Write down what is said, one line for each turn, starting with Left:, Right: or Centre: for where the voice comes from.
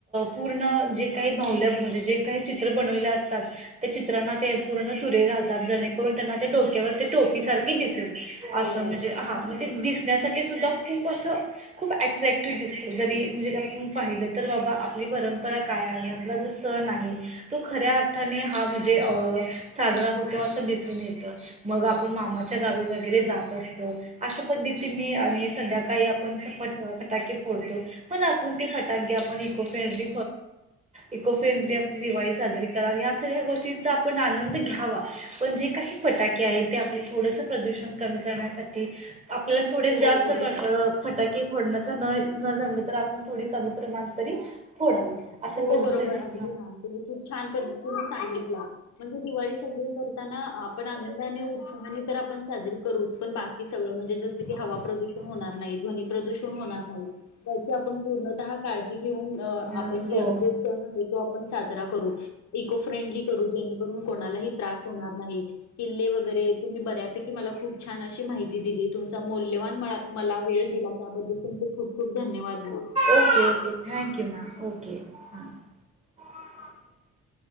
Right: पूर्ण जे काही भावल्या म्हणजेे काही चित्र बनवले असतात त्या चित्रांना ते पूर्ण तुरे घालतात जेणेकरून त्यांना त्या डोक्यावर टोपी सारखे दिसेल असं
Left: हो
Right: म्हणजे हा मग ते दिस ण्यासाठी सुुद्धा खूप असं खूप ॲट्रॅक्टिव्ह दिसतं जरी म्हणजे आपण पाहिलं तर बाबा आपली परंपरा काय आहे आपला जो सण आहे तो खऱ्या अर्थाने हा म्हणजे अ साजरा होतो असं दिसून येतं मग आपण मामाच्या गावी वगैरे जात असतो अशा पद्धतीने आणि संध्याकाळी आपण फट फटाके फोडतो पण आपण ते फटाके आपण eco friendly eco friendly Diwali साजरी करावी या सगळ्या गोष्टींचा आपण आनंद घ्यावा पण जे काही फटाके आहेत ते आपले थोडसं प्रदूषण कमी करण्यासाठी आपल्याला थोडे जास्त
Left: हो बरोबर
Right: फटाके फोडण्यात न जमलं तर आपण थोडी कमी प्रमाण तरी फोडावी अशा
Left: हो
Right: पद्धतीने
Left: बरोबर अगदी मॅम तुम्ही खूप छान पद्धतीने सांगितला म्हणजे दिवाळी साजरी करताना आपण आनंदाने उत्साहाने तर आपण साजरी करू पण बाकी सगळं म्हणजे जस की हवा
Right: हा.
Left: प्रदूषण होणार नाही ध्वनी प्रदूषण होणार नाही याची आपण पूर्णतः काळजी घेऊन अप
Right: घेऊन
Left: जो
Right: हो.
Left: सन आहे तो आपण पण साजरा करू इको फ्रेंडली करू जेणेकरून कोणालाही त्रास होणार नाही किल्ले वगैरे तुम्ही बऱ्यापैकी मला खूप छान अशी माहिती दिली तुमचा मौल्यवान मला वेळ दिला त्याबद्दल तुमचे खूप खूप धन्यवाद ma'am
Right: okay okay thank you ma'am okay <unintelligible>